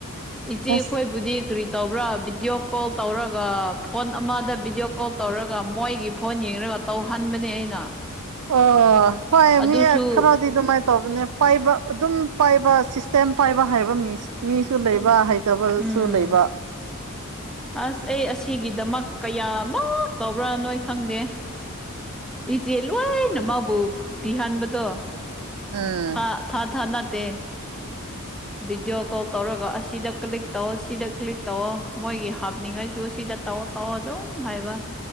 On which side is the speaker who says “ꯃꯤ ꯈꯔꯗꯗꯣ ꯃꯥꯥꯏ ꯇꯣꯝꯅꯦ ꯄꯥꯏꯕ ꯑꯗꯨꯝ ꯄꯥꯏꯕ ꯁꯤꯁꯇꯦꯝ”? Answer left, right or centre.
Right